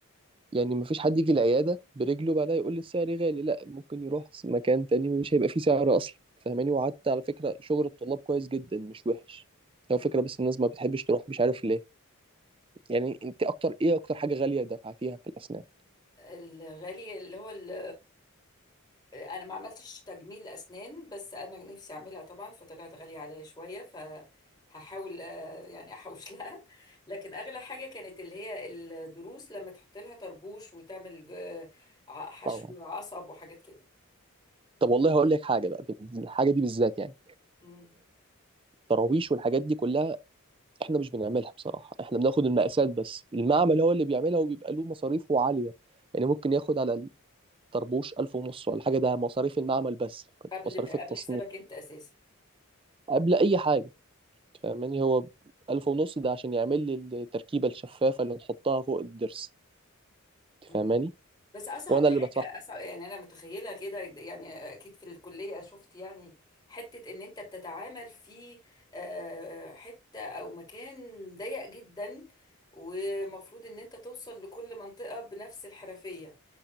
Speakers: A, on the right; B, on the left.
A: يعني ما فيش حد يجي العياده برجله بعدها يقول السعر غالي لا ممكن يروح مكان تاني مش هيبقى فيه سعر اصلا فاهماني وقعدت على فكره شغل الطلاب كويس جدا مش وحش هو
B: مم.
A: فكره بس الناس ما بتحبش تروح مش عارف ليه يعني انت اكتر ايه اكتر حاجه غاليه دفعتيها في الاسنان
B: الغالي اللي هو ال- انا ما عملتش تجميل اسنان بس انا نفسي اعملها طبعا فطلعت غالية عليا شوية فهحاول آه، يعني احوش <laughs> لها لكن اغلى حاجة كانت اللي هي الضروس لما تحط لها طربوش وتعمل آه، ع- حشو
A: طبعا
B: عصب وحاجات كده
A: طب والله هقول لك حاجة بقى بال- الحاجة دي بالذات يعني
B: مم.
A: التراويش والحاجات دي كلها احنا مش بنعملها بصراحة احنا بناخد المقاسات بس المعمل هو اللي بيعملها وبيبقى له مصاريفه عالية يعني ممكن ياخد على الطربوش ألف ونص ولا حاجة ده مصاريف المعمل بس
B: قبل
A: مصاريف
B: ما
A: التصنيع
B: قبل حسابك انت اساسا
A: قبل أي حاجة تفهماني هو ألف ونص ده عشان يعمل لي التركيبة الشفافة اللي نحطها فوق الضرس تفهماني
B: مم. بس اصعب
A: وأنا
B: حاجه
A: اللي بدفعها
B: اصعب يعني انا متخيله كده يعني اكيد في الكليه شفت يعني حته ان انت بتتعامل في آه، حته او مكان ضيق جدا ومفروض ان انت توصل لكل منطقه بنفس الحرفيه